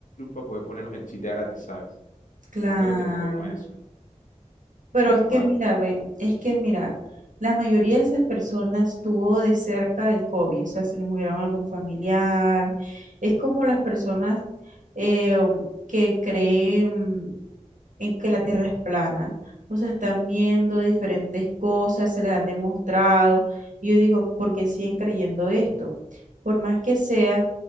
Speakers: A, on the left (about 85°); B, on the right (about 85°).
A: para poder ponernos el chip de gratis, ¿sabes?
B: claro.
A: Yo siento que tenía que ver con eso,
B: Pero
A: tal
B: es
A: cual.
B: que mira, ven, es que mira, la mayoría de esas personas tuvo de cerca el COVID, o sea, se le murieron algún familiar. Es como las personas eh, que creen en que la Tierra es plana. O sea, están viendo diferentes cosas, se les han demostrado. Y yo digo, ¿por qué siguen creyendo esto? Por más que sea,